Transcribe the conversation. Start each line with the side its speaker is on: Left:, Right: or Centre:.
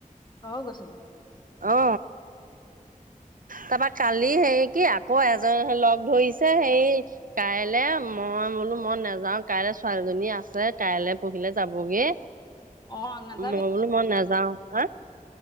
Left: তও গৈছিলি
Right: অ তাৰপৰা কালি সেই কি আকৌ এজন সেই লগ ধৰিছে সেই কাইলৈ মই বোলো মই নাযাও কাইলৈ ছোৱালীজনী আছে কাইলৈ পৰহিলে যাবগে
Left: অ নাযাবি
Right: মই বোলো মই নাযাও হা